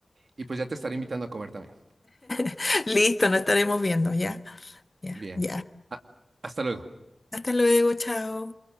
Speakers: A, on the right; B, on the left.
A: y pues ya te estaré invitando a comer también.
B: <laughs> Listo, nos estaremos viendo, ya, ya,
A: Bien.
B: ya.
A: Ah, hasta luego.
B: Hasta luego, chao.